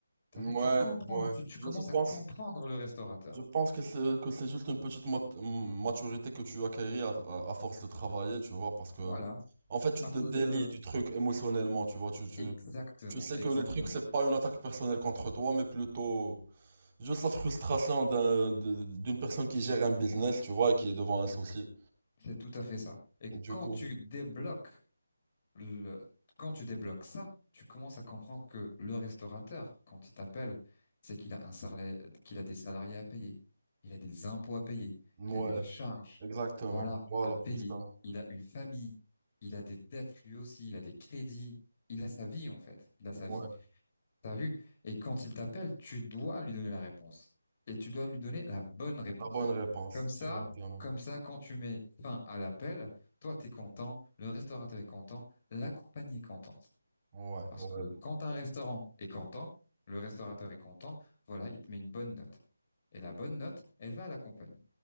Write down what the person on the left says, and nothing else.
T'as
vu, tu comprends,
tu, tu
commences
à comprendre le restaurateur.
Voilà,
à cause
de...
Exactement,
exactement.
C'est tout à fait ça. Et
quand
tu débloques le- quand tu débloques ça, tu commences à comprendre que le restaurateur, quand il t'appelle, c'est qu'il a un salaire, qu'il a des salariés à payer, il a des impôts à payer,
il a des charges,
voilà,
à payer,
il a une famille, il a des dettes lui aussi, il a des crédits, il a sa vie en fait, il a sa
vie. T'as vu? Et quand il t'appelle, tu dois lui donner la réponse. Et tu dois lui donner la bonne réponse.
Comme ça,
comme ça, quand tu mets fin à l'appel, toi, t'es content, le restaurateur est content, la compagnie est contente.
Parce
que quand un restaurant est content, le restaurateur est content, voilà, il te met une bonne note. Et la bonne note, elle va à la compagnie.